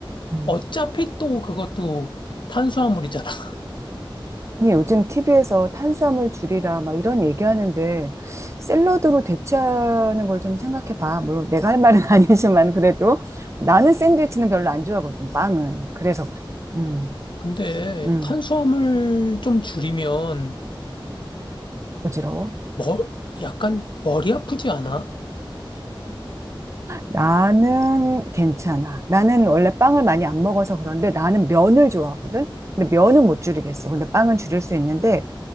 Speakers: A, on the right (about 35°); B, on the left (about 60°).
A: 음.
B: 어차피 또 그것도 탄수화물이잖아. <laughs>
A: 아니, 요즘 TV에서 탄수화물 줄이라 막 이런 얘기하는데 샐러드로 대체하는 걸 좀 생각해 봐. 물론 내가 할 말은 <laughs> 아니지만 그래도 나는 샌드위치는 별로 안 좋아하거든. 빵은. 그래서 그래. 음.
B: 근데
A: 음.
B: 탄수화물 좀 줄이면
A: 어지러워?
B: 머, 약간 머리 아프지 않아?
A: 나는 괜찮아. 나는 원래 빵을 많이 안 먹어서 그런데 나는 면을 좋아하거든. 근데 면은 못 줄이겠어. 근데 빵은 줄일 수 있는데